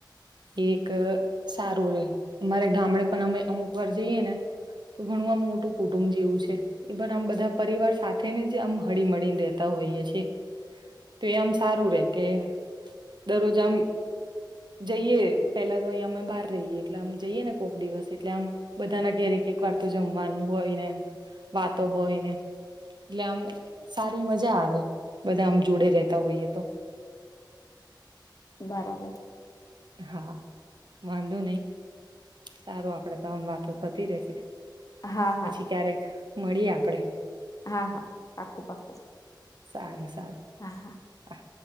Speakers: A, on the right (about 65°); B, on the left (about 45°).
A: એક એક સારું રે અમારે ગામડે પણ અમે અમુક વાર જઈએ ને તો ઘણું આમ મોટું કુટુંબ જેવું છે એ પણ આમ બધા પરિવાર સાથે ને જ આમ હળી મળીને રતા હોઈએ છીએ તો એ આમ સારું રે કે દરરોજ આમ જઈએ પહેલા તો અયા બહાર રહીએ એટલે આમ જઈએ ને કોઈક દિવસ એટલે આમ બધા ના ઘેર એક વાર તો જમવાનું હોયને એમ વાતો હોય ને એટલે આમ સારી મજા આવે બધા આમ જોડે રેતા હોઈએ તો
B: બરાબર
A: હા વાંધો નહી સારું આપડે તો આમ વાતો થતી રશે
B: હા
A: પછી
B: હા
A: ક્યારેક મળીએ આપડે
B: હા હા પાકું પાકું
A: સારું સારું
B: હા હા
A: હા